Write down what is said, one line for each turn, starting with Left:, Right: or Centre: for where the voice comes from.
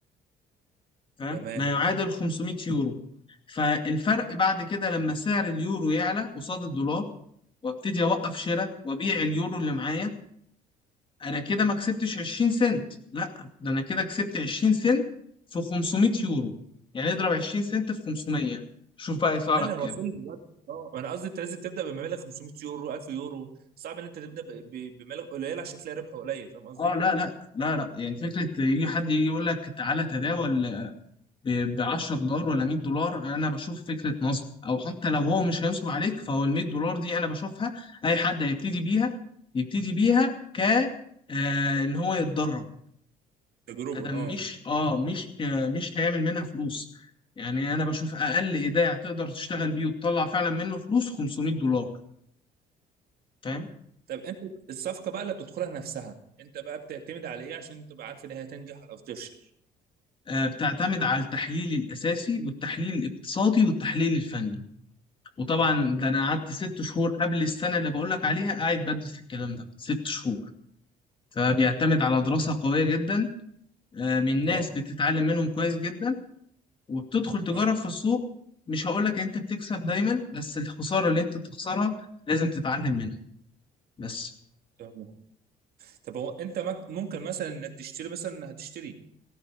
Left: فاهم
Right: تمام
Left: ما يعادل 500 يورو فالفرق بعد كده لما سعر اليورو يعلى قصاد الدولار وابتدي اوقف شراء وابيع اليورو اللي معايا انا كده ما كسبتش 20 سنت لا ده انا كده كسبت 20 سنت في 500 يورو يعني اضرب 20 سنت في 500 شوف بقى يطلع
Right: انا
Left: لك كام
Right: وصلت دلوقتي اه انا قصدي انت لازم تبدا بمبالغ 500 يورو 1000 يورو صعب ان انت تبدا ب- ب- بمبالغ قليله عشان تلاقي ربح قليل فاهم قصدي
Left: اه لا لا لا لا يعني فكره يجي حد يجي يقول لك تعالى تداول ب 10 دولار ولا 100 دولار انا بشوف فكره نصب او حتى لو هو مش هينصب عليك فهو ال 100 دولار دي انا بشوفها اي حد هيبتدي بيها يبتدي بيها ك آه ان هو يتدرب
Right: تجربه
Left: ده مش
Right: اه
Left: اه مش مش هيعمل منها فلوس يعني انا بشوف اقل ايداع تقدر تشتغل بيه وتطلع فعلا منه فلوس 500 دولار فاهم
Right: طب انت الصفقه بقى اللي بتدخلها نفسها انت بقى بتعتمد على ايه عشان تبقى عارف ان هي هتنجح او تفشل
Left: آه بتعتمد على التحليل الاساسي والتحليل الاقتصادي والتحليل الفني وطبعا ده انا قعدت ست شهور قبل السنه اللي بقول لك عليها قاعد بدرس الكلام ده ست شهور فبيعتمد على دراسه قويه جدا آه من ناس
Right: اه
Left: بتتعلم منهم كويس جدا وبتدخل تجرب
Right: اه
Left: في السوق مش هقول لك انت بتكسب دايما بس الخساره اللي انت بتخسرها لازم تتعلم منها بس
Right: تمام طب هو انت مك- ممكن مثلا انك تشتري مثلا هتشتري